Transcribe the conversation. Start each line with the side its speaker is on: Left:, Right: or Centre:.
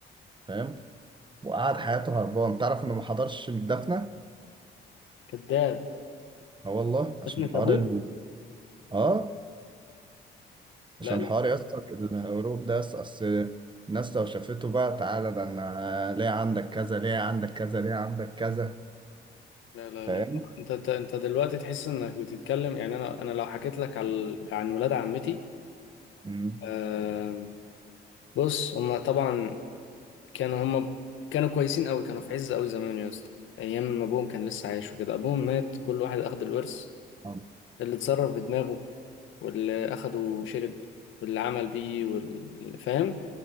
Right: فاهم وقعد حياته هربان تعرف انه ما حضرش الدفنه
Left: كذاب
Right: اه والله عشان
Left: دفنة
Right: حوار
Left: ابوه
Right: ال... اه
Left: لا
Right: عشان
Left: لا
Right: حوار يا اسطى الهروب ده أص- اصل الناس لو شافته بقى تعالى ده انا ليه عندك كذا ليه عندك كذا ليه عندك كذا
Left: لا لا
Right: فاهم؟
Left: لا لا. انت انت انت دلوقتي تحس انك بتتكلم يعني انا انا لو حكيت لك على عن ولاد عمتي
Right: مم.
Left: آم، بص هما طبعا كانوا هم كانوا كويسين قوي كانوا في عز قوي زمان يا اسطى ايام ما ابوهم كان لسه عايش وكده ابوهم مات كل واحد اخد الورث
Right: آه.
Left: اللي اتصرف بدماغه واللي اخده شرب واللي عمل بيه واللي فاهم